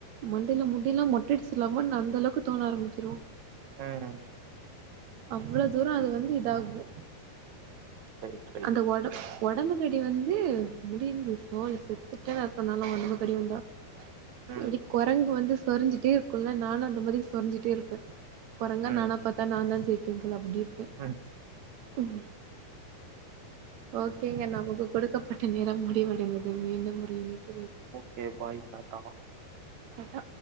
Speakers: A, on the right; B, on the right.
A: மண்டைல முடி எல்லா மொட்டையடிச்சல்லாமா அந்த அளவுக்கு தோண ஆரம்பிச்சிரு
B: ம்
A: அவ்ளோ தூர அது வந்து இதாகு
B: ரைட் ரைட்
A: அந்த ஒட ஒடம்புக்கடி வந்து முடிஞ்ச சோலி செத்துட்டேன்னு அர்த்த நா லா உடம்புக்கடி வந்தா
B: ம்,
A: எடி குரங்கு வந்து சொரிஞ்சிட்டே இருக்குல்ல நானு அந்த மாரி சொரிஞ்சிட்டே இருப்ப குரங்கா
B: ம்,
A: நானா பாத்தா நா தா ஜெய்ப்ப போல அப்டி இருக்
B: ம்
A: ம் ஓகேங்க நமக்கு கொடுக்கப்பட்ட நேரம் முடிவடைந்தது மீண்டும் ஒரு இணைப்
B: ஓகே பாய் டாடா
A: டாட்டா